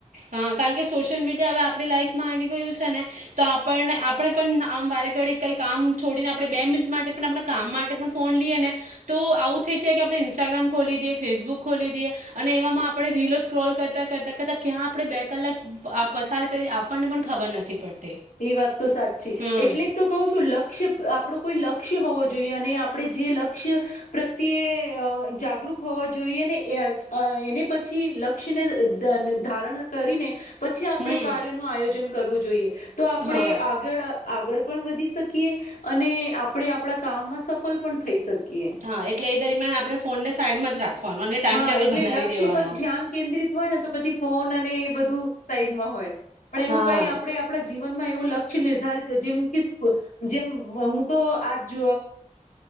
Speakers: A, on the right (about 80°); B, on the left (about 80°).
A: હા કારણ કે સોશિયલ મીડિયા હવે આપણી લાઈઇફમાં આવી ગયું છે ને તો આપણને આપણે પણ આમ વારે ઘડી કઈ કામ છોડીને આપણે બે મિનિટ માટે પણ આપણા કામ માટે પણ ફોન લઈએ ને તો આવું થઈ જાય કે આપણે ઇન્સ્ટાગ્રામ ખોલી દઈએ ફેસબુક ખોલી દઈએ અને એવામાં આપણે રીલો સ્ક્રોલ કરતાં કરતાં કરતા ક્યાં આપણે બે કલાક પસાર કરી આપણને પણ ખબર નથી પડતી
B: એ વાત તો સાચી
A: હમ
B: એટલે તો કહું છું લક્ષ્ય આપડું કોઈ લક્ષ્ય હોવું જોઈએ અને આપણે જે લક્ષ્ય પ્રત્યે જાગૃત હોવા જોઈએ ને એને પછી લક્ષ્યને ધારણ કરીને પછી આપણે
A: હમ
B: કાર્ય નો આયોજન કરવું જોઈએ આપે
A: હા
B: આગળ આગળ પણ વધી શકીએ અને આપણે આપણા કામમાં સફળ પણ થઈ શકીએ
A: હા એટલે એ દરમિયાન આપડણે ફોન ને સાઈડ માં જ રાખવાનો અને ટાઈમ
B: હા
A: ટેબલ
B: એટલે
A: બનાવી
B: લક્ષ્ય
A: દેવાનો
B: ઉપર ધ્યાન કેન્દ્રિત હોય ને તો પછી ફોન અને બધું સાઈડમાં હોય પણ એવું
A: હા
B: કઈ આપે આપડે જીવનમાં એવું લક્ષ્ય નિર્ધારિત જેમ કે જેમ હું તો આજ